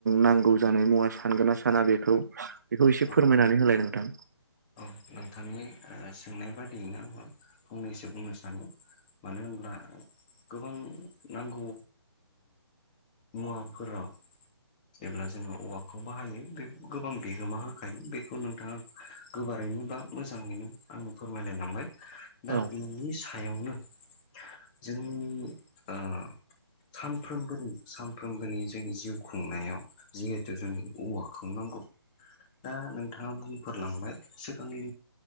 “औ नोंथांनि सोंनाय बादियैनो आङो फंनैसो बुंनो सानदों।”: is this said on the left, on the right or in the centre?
Left